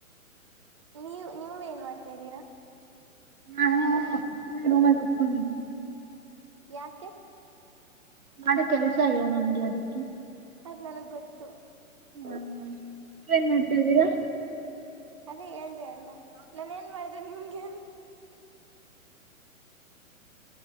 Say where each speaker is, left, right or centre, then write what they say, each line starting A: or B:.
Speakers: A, on the right; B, on the right.
A: ನೀವ ನೀವ ಏನ್ ಮಾಡ್ತಾದೀರಾ
B: ನಾ ರೂಮ ಕುತ್ಕೊಂಡಿದನಿ <inaudible>
A: ಯಾಕೆ
B: ಮಾಡ ಕೆಲ್ಸ ಇಲ್ಲ ನನ್ಗೆ ಅದಕ್ಕೆ
A: ಅದ್ ನನಗ್ ಗೊತ್ತು
B: ಹಾ ನೀವೇನ್ ಮಾಡ್ತಾ ಇದ್ದೀರಾ
A: ಅದೇ ಹೇಳ್ದ ಅಲ್ಲ ನಾನ ಏನ್ ಮಾಡಿದೆ ನಿಮ್ಗೆ